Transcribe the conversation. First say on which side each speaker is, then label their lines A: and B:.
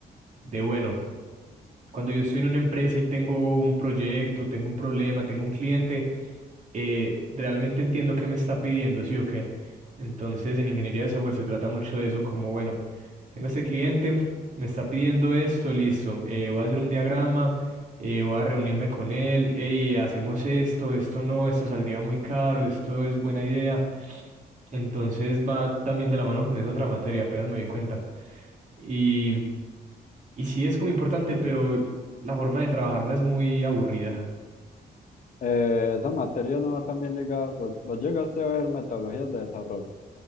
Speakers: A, on the right; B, on the left.
A: de bueno. Cuando yo estoy en una empresa y tengo un proyecto, tengo un problema, tengo un cliente, eh, realmente entiendo qué me está pidiendo, ¿sí o qué? Entonces, en ingeniería de software se trata mucho de eso, como, bueno, tengo este cliente, me está pidiendo esto, listo, eh, voy a hacer un diagrama, eh, voy a reunirme con él, hey, hacemos esto, esto no, esto saldría muy caro, esto es buena idea. Entonces va también de la mano con esa otra materia, apenas me di cuenta. Y y sí es como importante, pero la forma de trabajarla es muy aburrida.
B: Eh, esa materia no va también ligada. ¿Vos, vos llegaste a ver metodologías de desarrollo?